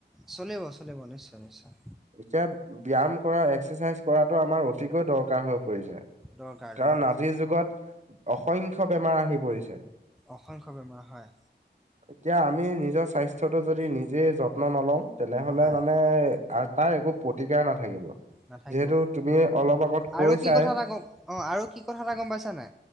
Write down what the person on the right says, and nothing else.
এতিয়া, ব্যায়াম কৰা এক্সাৰচাইজ কৰাটো আমাৰ অতিকৈ দৰকাৰ হৈ পৰিছে
কাৰণ,
আজিৰ যুগত অসংখ্য বেমাৰ আহি পৰিছে
এতিয়া, আমি নিজৰ স্বাস্থ্যটো যদি নিজে যত্ন নলওঁ তেনেহলে
মানে, তাৰ একো প্ৰতিকাৰ নাথাকিব
যিহেতু তুমি অলপ আগত কৈছাই